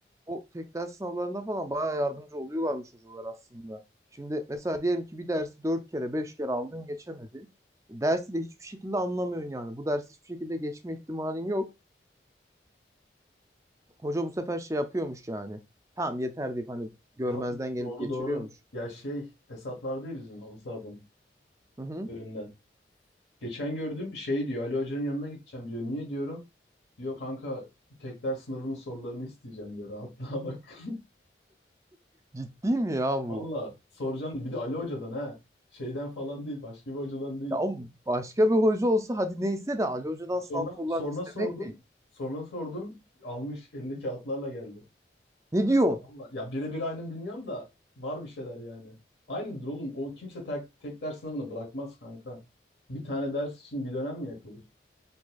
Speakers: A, on the right; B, on the left.
A: o tek ders sınavlarında falan bayağı yardımcı oluyorlarmış çocuklar aslında. Şimdi mesela diyelim ki bir dersi dört kere beş kere aldın geçemedin. Dersi de hiçbir şekilde anlamıyorsun yani. Bu dersi hiçbir şekilde geçme ihtimalin yok. Hoca bu sefer şey yapıyormuş yani. Tamam yeter deyip hani görmezden
B: Ha,
A: gelip
B: doğru
A: geçiriyormuş.
B: doğru. Ya şey Esat vardı ya bizim halı sahadan
A: Hı hı.
B: bölümden. Geçen gördüm şey diyor Ali Hoca'nın yanına gideceğim diyor. Niye diyorum? Diyor kanka tekrar sınavının sorularını isteyeceğim diyor. Rahatlığa bak.
A: Ciddi mi
B: <laughs>
A: ya bu?
B: Valla soracağım. Bir de Ali Hoca'dan ha. Şeyden falan değil. Başka bir hocadan değil.
A: Ya o başka bir hoca olsa hadi neyse de Ali Hoca'dan
B: Sonra,
A: sınav sorularını
B: sonra
A: istemek
B: sordum.
A: ne
B: Sonra sordum. Almış elinde kağıtlarla geldi.
A: Ne diyor?
B: Allah- Ya birebir aynı mı bilmiyorum da var bir şeyler yani. Aynıdır oğlum. O kimse tek, tek ders sınavına bırakmaz kanka. Bir tane ders için bir dönem mi yakılır?